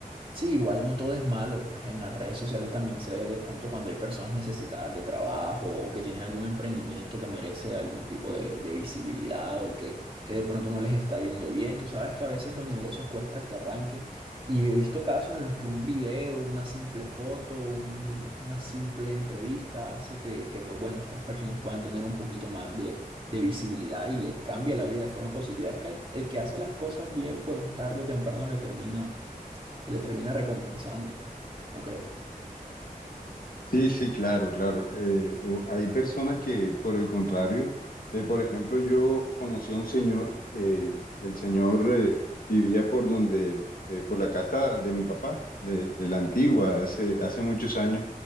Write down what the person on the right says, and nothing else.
Sí, igual no todo es malo, pues en las redes sociales también se ve de pronto cuando hay personas necesitadas de trabajo o que tienen algún emprendimiento que merece algún tipo de, de visibilidad o que, que de pronto no les está yendo bien. Tú sabes que a veces los negocios cuesta que arranquen y he visto casos en los que un video, una simple foto, un- una simple entrevista hace que, que, pues bueno, estas personas puedan tener un poquito más de, de visibilidad y les cambia la vida de forma positiva. Es que el, el que hace las cosas bien, pues tarde o temprano le termina se le termina recompensando, ¿no crees?